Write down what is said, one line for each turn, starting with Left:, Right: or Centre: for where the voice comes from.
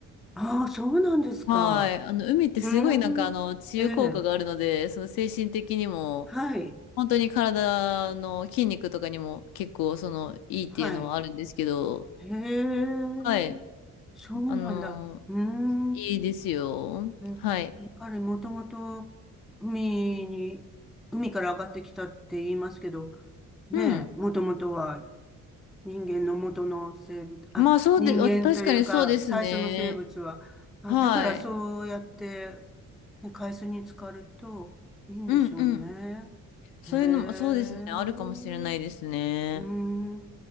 Centre: ああ、そうなんですか。
Left: はい。あの、海ってすごいなんかあの、
Centre: うーん、
Left: 治癒効果があるので、
Centre: ええ、
Left: その精神的にも、
Centre: はい、
Left: 本当に体の筋肉とかにも結構その、いいっていうのはあるんですけど、
Centre: はい。へえ、
Left: はい。
Centre: そうなんだ。
Left: あの、
Centre: うーん。
Left: いいですよ。
Centre: ね、
Left: はい。
Centre: やっぱりもともと海に、海から上がってきたって言いますけど、ねえ、
Left: うん。
Centre: もともとは人間の元の生物、あ、
Left: まあそうで、
Centre: 人間というか最初の生物は、
Left: あ確かにそうですね。
Centre: あ、
Left: はい。
Centre: だからそうやって、ね、海水に浸かるといいんでしょうね。
Left: うんうん。そういうのも、
Centre: へえ、
Left: そうですね。
Centre: う
Left: あるかもしれないですね。
Centre: ーん、